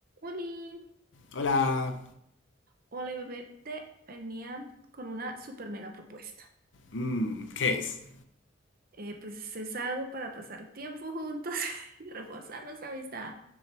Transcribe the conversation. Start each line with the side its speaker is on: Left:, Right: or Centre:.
Right: Oli,
Left: Hola.
Right: hola bebé, te venía con una super mega propuesta.
Left: Mm, ¿qué es?
Right: Eh, pues es algo para pasar tiempo juntos <laughs> y reforzar nuestra amistad.